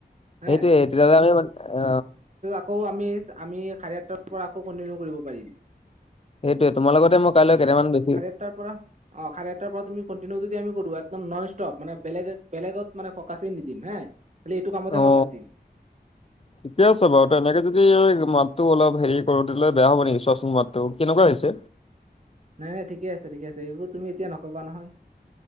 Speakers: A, on the right; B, on the left.
A: হে
B: সেইটোয়ে তেতিয়াহলে আমি মান অ
A: আকৌ আমি আমি চাৰে আঠটাৰ পৰা আকৌ কণ্টিনিউ কৰিব পাৰিম।
B: সেইটোয়ে তোমাৰ লগতে মই কাইলৈ কেইটামান বেছি।
A: তাৰ পৰা অ খাৰে আঠটাৰ পৰা তুমি কণ্টিনিউ যদি আমি কৰো একদম নন ষ্টপ মানে বেলেগেক বেলেগত মানে ফকাছে নিদিম হে। খালি এইটো কামতে
B: অ।
A: ফকাচ দিম
B: ঠিকে আছে বাৰু তেনেকে যদি এই মাতটো অলপ হেৰি কৰো তেতিয়া হ'লে বেয়া হ'ব নেকি চোৱাচোন মাতটো কেনেকুৱা হৈছে।
A: নাই নাই ঠিকে আছে ঠিক আছে এইবোৰ তুমি এতিয়া নকবা নহয়।